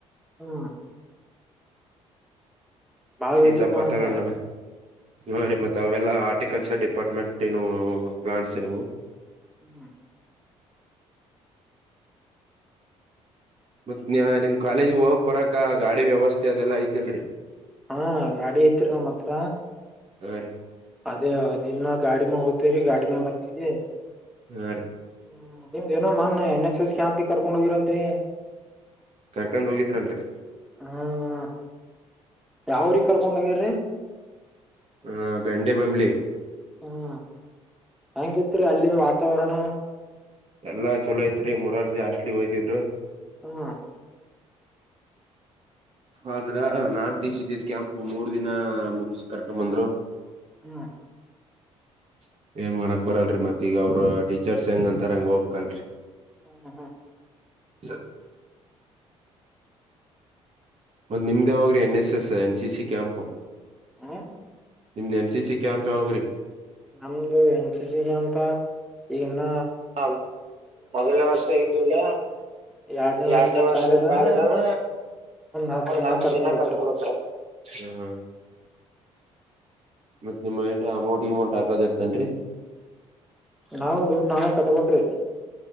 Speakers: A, in the centre; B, on the right (about 40°).
A: ಹ್ಮ ಬಾಳ್
B: ಸೀತಾಪತಳನ್ನ
A: ಬೆಳಸಿರ್ ಕಾಣತ್ತ
B: ಹ ರೀ ಮತ್ತತ್ ಅವೆಲ್ಲ ಆಾರರ್ಟಿಕಲ್ಚರ್ ಡಿಪಾರ್ಟ್ಮೆಂಟ್ ಏನು ಪ್ಲಾಂಟ್ಸ್ ರೀವು
A: ಹ್ಮ್
B: ಮತ್ತ ನಿಮ್ ಕಾಲೇಜ್ ಹೋಗಕ್ ಬರಾಕ ಗಾಡಿ ವ್ಯವಸ್ಥೆ ಅದೆಲ್ಲ ಐತಿಲ್ರರಿ
A: ಹಾ ಗಾಡಿ ಐತ್ರು ನಮ್ಮ್ ಹತ್ರ
B: ಹಾ ರೀ
A: ಅದೇ ದಿನ ಗಾಡಿ ಮ ಹೋಗ್ತವ್ರರಿ ಗಾಡಿ ಮ ಬರ್ತವಿ
B: ಹಾ ರೀ
A: ಹ್ಮ ನಿಮ್ದ ಏನೋ ಮೊನ್ನ ಎನ್ ಎಸ್ ಎಸ್ ಕ್ಯಾಂಪಿಗೆ ಕರ್ಕೊಂಡು ಹೋಗಿರೋಂತನಿ
B: ಕರ್ಕೊಂಡ್ ಹೋಗಿದ್ರಿ ಅಲ್ರರಿ
A: ಹ್ಮ ಯಾವೂರಿಗೆ ಕರ್ಕೊಂಡೋಗಿರಿ
B: ಹಾ ಬೆಂಡೆ ಬಂಬ್ಳಲಿ
A: ಹ್ಮ ಹೆಂಗಿತ್ರಿ ಅಲ್ಲಿಂದ ವಾತಾವರಣ
B: ಎಲ್ಲ ಚಲೋ ಐತ್ರಿ ಮೊರಾರ್ಜಿ ಹಾಸ್ಟ್ಲಿ ಹೋಯತಿದ್ರು
A: ಹ್ಮ
B: ಆದದ್ರ ನಾಕು ದೀಸ ಇದ್ದಿದ್ದ್ ಕ್ಯಾಂಪ್ ಮೂರ್ ದಿನ ಮುಗಸ ಕರ್ಕೊಂದ್ರು
A: ಹ್ಮ್
B: ಸ ಏನ್ ಮಾಡಕ್ ಬರಲ್ರರಿ ಮತ್ತೀಗ ಅವರು ಟೀಚರ್ಸ್ ಹೆಂಗ ಅಂತಾರ ಹೆಂಗ್ ಹೋಗ್ಬೇಕಲ್ರರಿ
A: ಹ್ಮ್ ಹ್ಮ್
B: ಸ ಮತ್ತ್ ನಿಮ್ದ ಹೋಗ್ರ N S S N C C ಕ್ಯಾಂಪ
A: ಹ್ಮ
B: ನಿಮ್ದ ಎನ್ ಸಿಿಸಿ ಕಾಮ ಯಾವಗ್ರಿ
A: ನಮ್ದು ಎನ್ ಸಿ ಸಿ ಕ್ಯಾಂಪ ಈಗನ್ನ
B: ಹ ಮೊದಲನೇ ವರ್ಷ ಇದ್ದಲ್ಲ
A: ಎರಡನೇ
B: ಎರಡ್ನೇ ವರ್ಷದ
A: ಕಾಲಿಡನ
B: ಕಾಲಡಾನ
A: ಹತ್
B: ಒಂದ್
A: ದಿನ
B: ನಾಕ
A: ಕರ್ಕೊಂಡ್
B: ಜನ
A: ಹೋಗ್ತಾರ
B: ಕರ್ಕೊಂಡತ್ ಹ್ಮ ಹ್ಮ ಮತ್ತ ನಿಮ್ ಏನ್ರಿ ಅಮೌಂಟ್ ಗಮೌಂಟ್ ಹಾಕದ ಇರ್ತನ್ರಿ
A: ನಾವವು ದುಡ್ ನಾವೇ ಕಟ್ಬೇಕ್ರೀ